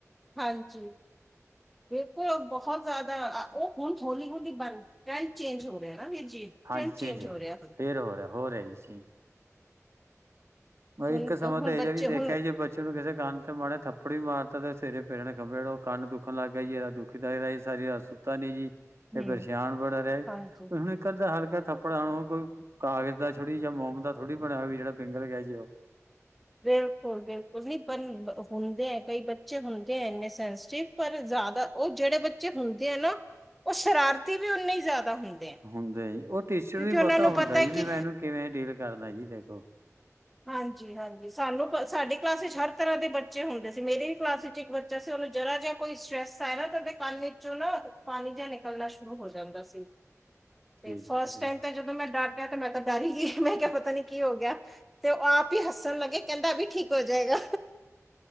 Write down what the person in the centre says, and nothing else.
ਹਾਂਜੀ। ਬਿਲਕੁਲ ਬਹੁਤ ਜ਼ਿਆਦਾ ਉਹ ਹੁਣ ਹੌਲੀ ਹੌਲੀ ਬਣ ਟੈਂਡ ਚੇਂਜ ਹੋ ਰਿਹਾ। ਨਾ ਵੀਰ ਜੀ ਟ੍ਰੈਂਡ
ਹੋ ਰਿਹਾ ਹੁਣ
ਹੁਣ
ਤੇ-
ਹੁਣ
ਬੱਚੇ
ਹੁਣ
ਹੂੰ
ਹਾਂਜੀ
ਬਿਲਕੁਲ ਬਿਲਕੁਲ ਨੀ ਪਰ ਹੁੰਦੇ ਹੈ ਕਈ ਬੱਚੇ ਹੁੰਦੇ ਹੈ ਇੰਨੇ ਸੈਂਸਟਿਵ ਪਰ ਜ਼ਿਆਦਾ ਉਹ ਜਿਹੜੇ ਬੱਚੇ ਹੁੰਦੇ ਹੈ ਨਾ ਉਹ ਸ਼ਰਾਰਤੀ ਵੀ ਉਨੇ ਹੀ ਜ਼ਿਆਦਾ ਹੁੰਦੇ ਆ
ਕਿਉਂਕਿ
ਉਹਨਾਂ
ਨੂੰ
ਹੈ
ਕਿ
ਹਾਂਜੀ ਹਾਂਜੀ ਸਾਨੂੰ ਸਾਡੇ ਕਲਾਸ ਵਿੱਚ ਹਰ ਤਰ੍ਹਾਂ ਦੇ ਬੱਚੇ ਹੁੰਦੇ ਸੀ ਮੇਰੇ ਵੀ ਕਲਾਸ ਵਿੱਚ ਇੱਕ ਬੱਚਾ ਸੀ ਉਹਨੂੰ ਜਰਾ ਜਿਹਾ ਕੋਈ ਸਟਰ੍ਰੈਸ ਆਇ ਨਾ ਤਾਂ ਉਹਦੇ ਕੰਨ ਵਿਚੋ ਪਾਣੀ ਜਿਹਾ ਨਿਕਲਣਾ ਸ਼ੁਰੂ ਹੋ ਜਾਂਦਾ ਸੀ। ਤੇ
ਫਸਟ
ਟਾਈਮ ਤਾਂ ਜਦੋਂ ਮੈਂ ਡਾਰਕ ਤੇ ਮੈਂ ਤਾਂ ਡਰ ਇ। ਮੈਂ ਕਿਹਾ ਪਤਾ ਨੀ ਕੀ ਹੋ ਗਿਆ। ਆਪ ਹੀ ਹੱਸਣ ਲੱਗੇ ਕਹਿੰਦਾ ਅਬੀ ਠੀਕ ਹੋ ਜਾਏਗਾ।